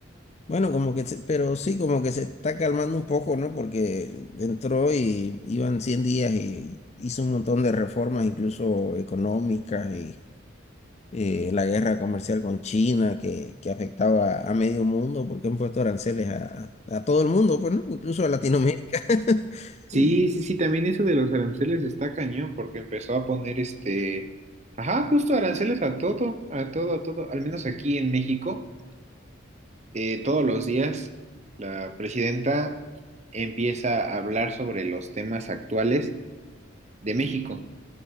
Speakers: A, on the left; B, on the right.
A: bueno, como que, se- pero sí, como que se está calmando un poco, ¿no? Porque entró y iban 100 días y hizo un montón de reformas, incluso económicas, y eh, la guerra comercial con China que, que afectaba a medio mundo, porque han puesto aranceles a, a todo el mundo, pues, ¿no? Incluso a Latinoamérica. <laughs>
B: Sí,
A: y
B: sí, sí, también eso de los aranceles está cañón, porque empezó a poner este, ajá, justo aranceles a todo, a todo, a todo, al menos aquí en México. eh, todos los días la presidenta empieza a hablar sobre los temas actuales de México